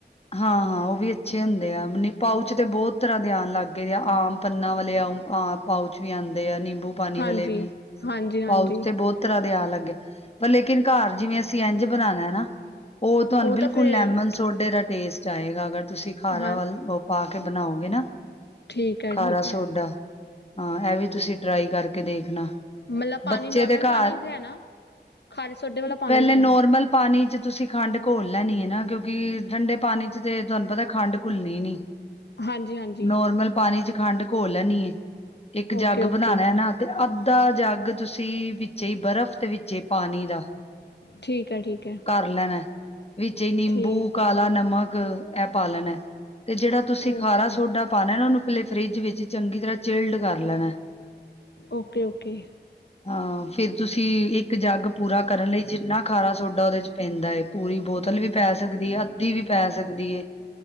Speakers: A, on the left; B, on the left.
A: ਹਾਂ -ਹਾਂ ਓਹ ਵੀ ਅੱਛੇ ਹੁੰਦੇ ਆ, ਮਤਲਬ ਪਾਉਚ ਤੇ ਬੋਤ ਤਰ੍ਹਾਂ ਦੇ ਆਣ ਲੱਗ ਗਏ ਆ, ਆਮ ਪੰਨਾ ਵਾਲੇ ਆ, ਆ ਪਾਉਚ ਵੀ ਆਂਦੇ ਆ, ਨੀੰਬੂ ਪਾਣੀ
B: ਹਾਂਜੀ
A: ਵਾਲੇ ਵੀ,
B: ਹਾਂਜੀ ਹਾਂਜੀ
A: ਪਾਊਚ ਤੇ ਬੋਤ ਤਰ੍ਹਾਂ ਦੇ ਆਣ ਲੱਗੇ ਗਏ, ਮਤਲਬ ਕੀ ਘਾਰ ਜਿਵੇਂ ਅਸੀਂ ਏੰਝ ਬਨਾਣਾ ਹਨਾ ਓਹ ਤੁਹਾਨੂੰ
B: ਉਹ
A: ਬਿਲਕੁਲ
B: ਤਾਂ ਫਿਰ
A: ਲੈਮਨ ਸੋਡੇ ਦਾ ਟੇਸਟ ਆਏਗਾ, ਅਗਰ ਤੁਸੀਂ ਖਾਰਾ
B: ਹਾਂ
A: ਵਾਲ ਪਾ, ਕੇ ਬਣਾਓਗੇ ਨਾ,
B: ਠੀਕ ਹੈ
A: ਖਾਰਾ-
B: ਠੀਕ ਹੈ
A: ਸੋਡਾ ਹਾਂ, ਏ ਵੀ ਤੁਸੀਂ ਟਰਾਈ ਕਰਕੇ ਦੇਖਣਾ
B: ਮਤਲਬ ਪਾਣੀ
A: ਬੱਚੇ
B: ਨੋਰਮਲ
A: ਦੇ ਘਰ
B: ਪਾਣੀ ਲੈਣਾ ਖਾਰੇ ਸੋਡੇ ਵਾਲਾ ਪਾਣੀ
A: ਪੈਲੇ
B: ਲੈਣਾ
A: ਨੋਰਮਲ ਪਾਣੀ ਚ ਤੁਸੀਂ ਖੰਡ ਘੋਲ ਲੈਣੀ ਏ ਨਾ ਕਿਓਕਿ ਠੰਡੇ ਪਾਣੀ ਚ ਤੇ ਤੁਹਾਨੂੰ ਪਤਾ ਖੰਡ ਘੁਲਣੀ ਨਈ
B: ਹਾਂਜੀ ਹਾਂਜੀ
A: ਨੋਰਮਲ ਪਾਣੀ ਚ' ਖੰਡ ਘੋਲ ਲੈਣੀ ਹੈ। ਇੱਕ
B: ਓਕੇ
A: ਜੱਗ
B: ਓਕੇ
A: ਬਣਾ ਲੈਣਾ। ਤੇ ਅੱਧਾ ਜੱਗ ਤੁਸੀਂ ਵਿੱਚ ਹੀ ਬਰਫ਼ ਤੇਵਿੱਚ ਪਾਣੀ ਦਾ।
B: ਠੀਕ ਹੈ, ਠੀਕ ਹੈ।
A: ਕਰ ਲੈਣਾ। ਵਿੱਚ ਹੀ ਨਿੰਬੂ,
B: ਠੀਕ
A: ਕਾਲਾ ਨਮਕ ਇਹ ਪਾ ਲੈਣਾ। ਤੇ ਜਿਹੜਾ ਤੁਸੀਂ
B: ਓਕੇ
A: ਖਾਰਾ ਸੋਡਾ ਪਾਉਣਾ ਨਾ ਉਹਨੂੰ ਪਹਿਲੇ ਫਰਿੱਜ ਵਿੱਚ ਚੰਗੀ ਤਰ੍ਹਾਂ ਚਿਲਡ ਕਰ ਲੈਣਾ।
B: Okay -okay.
A: ਹਾਂ। ਫੇਰ ਤੁਸੀਂ ਇੱਕ ਜੱਗ ਪੂਰਾ ਕਰਨ ਲਈ ਜਿੰਨਾ ਖਾਰਾ ਸੋਡਾ ਉਹਦੇ ਚ' ਪੈਂਦਾ ਏ ਪੂਰੀ ਬੋਤਲ ਵੀ ਪੈ ਸਕਦੀ ਹੈ, ਅੱਧੀ ਵੀ ਪੈ ਸਕਦੀ ਹੈ,